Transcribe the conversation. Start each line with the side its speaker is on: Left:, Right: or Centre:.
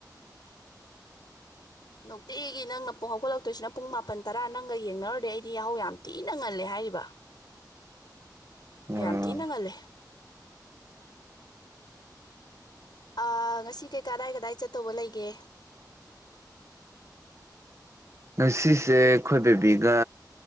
Left: ꯅꯨꯡꯇꯤꯒꯤ ꯅꯪꯅ ꯄꯨꯡ ꯍꯧꯒꯠꯂꯛꯇꯣꯏꯁꯤꯅ ꯄꯨꯡ ꯃꯥꯄꯟ ꯇꯔꯥ ꯅꯪꯒ ꯌꯦꯡꯅꯔꯨꯔꯗꯤ ꯑꯩꯗꯤ ꯌꯥꯍꯧ ꯌꯥꯝ ꯊꯤꯅ ꯉꯜꯂꯦ ꯍꯥꯏꯔꯤꯕ
Right: ꯑꯣ
Left: ꯌꯥꯝ ꯊꯤꯅ ꯉꯜꯂꯦ ꯑꯥ ꯉꯁꯤ ꯀꯩ ꯀꯗꯥꯏ ꯀꯗꯥꯏ ꯆꯠꯇꯧꯕ ꯂꯩꯒꯦ
Right: ꯉꯁꯤꯁꯦ ꯑꯩꯈꯣꯏ ꯕꯦꯕꯤꯒ